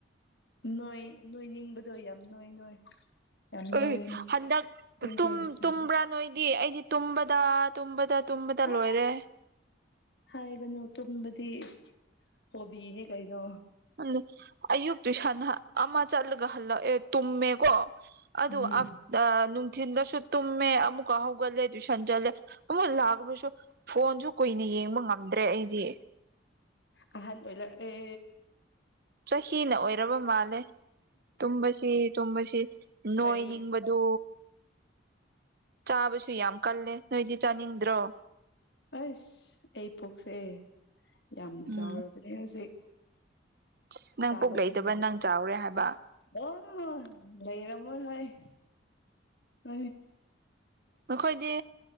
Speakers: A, on the left; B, on the right.
A: ꯅꯣꯏ ꯅꯣꯏ ꯅꯤꯡꯕꯗꯣ ꯌꯥꯝ ꯅꯣꯏ ꯅꯣꯏ ꯌꯥꯝ ꯅꯣꯏꯔꯅꯤ
B: ꯑꯩ ꯍꯟꯗꯛ
A: ꯊꯦꯡ
B: ꯇꯨꯝ
A: ꯊꯦꯡꯅ ꯆꯥꯕ
B: ꯇꯨꯝꯕ꯭ꯔꯥ ꯅꯣꯏꯗꯤ ꯑꯩꯗꯤ ꯇꯨꯝꯕꯗ ꯇꯨꯝꯕꯗ ꯇꯨꯝꯕꯗ ꯂꯣꯏꯔꯦ
A: ꯑꯁ ꯍꯥꯏꯒꯅꯨ ꯇꯨꯝꯕꯗꯤ ꯍꯣꯕꯤꯅꯤ ꯀꯩꯅꯣ
B: ꯑꯗꯨ ꯑꯌꯨꯛꯀꯤ ꯁꯟꯅ ꯑꯃ ꯆꯠꯂꯒ ꯍꯜꯂꯛ ꯑꯦ ꯇꯨꯝꯃꯦꯀꯣ ꯑꯗꯨ
A: ꯎꯝ
B: ꯑꯐ ꯑ ꯅꯨꯡꯊꯤꯟꯗꯁꯨ ꯇꯨꯝꯃꯦ ꯑꯃꯨꯛꯀ ꯍꯧꯒꯠꯂꯦ ꯇ꯭ꯨꯏꯁꯟ ꯆꯠꯂꯦ ꯑꯃꯨꯛ ꯂꯥꯛꯕꯁꯨ ꯐꯣꯟꯁꯨ ꯀꯨꯏꯅ ꯌꯦꯡꯕ ꯉꯝꯗ꯭ꯔꯦ ꯑꯩꯗꯤ
A: ꯑꯍꯟ ꯑꯣꯏꯔꯛ ꯑꯦ
B: ꯆꯍꯤꯅ ꯑꯣꯏꯔꯕ ꯃꯥꯜꯂꯦ ꯇꯨꯝꯕꯁꯤ ꯇꯨꯝꯕꯁꯤ ꯅꯣꯏꯅꯤꯡꯕ
A: ꯁꯥꯔꯤ
B: ꯑꯗꯨ ꯆꯥꯕꯁꯨ ꯌꯥꯝ ꯀꯜꯂꯦ ꯅꯣꯏꯗꯤ ꯆꯥꯅꯤꯡꯗ꯭ꯔꯣ
A: ꯑꯁ ꯑꯩ ꯄꯨꯛꯁꯦ ꯌꯥꯝ
B: ꯎꯝ
A: ꯆꯥꯎꯔꯕꯅꯦ ꯍꯧꯖꯤꯛ
B: ꯑꯁ ꯅꯪ
A: ꯆꯥꯕ
B: ꯄꯨꯛ ꯂꯩꯇꯕ
A: ꯀꯟꯕꯅꯦ
B: ꯅꯪ ꯆꯥꯎꯔꯦ ꯍꯥꯏꯕ
A: ꯑꯣ ꯂꯩꯩꯔꯝꯃꯣꯏ ꯍꯣꯏ ꯑ
B: ꯅꯈꯣꯏꯗꯤ